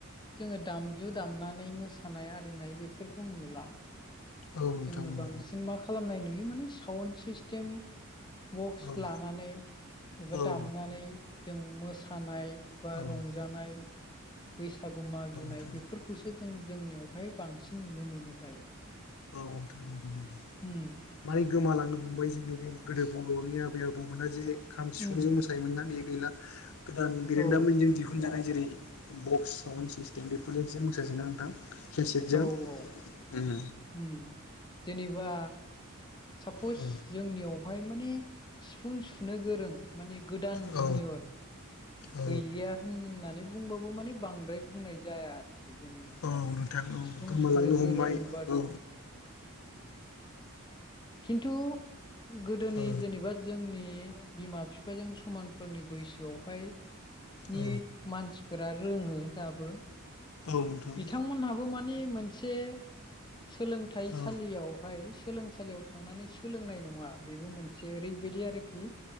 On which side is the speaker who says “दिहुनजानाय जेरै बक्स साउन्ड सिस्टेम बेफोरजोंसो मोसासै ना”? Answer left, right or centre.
Left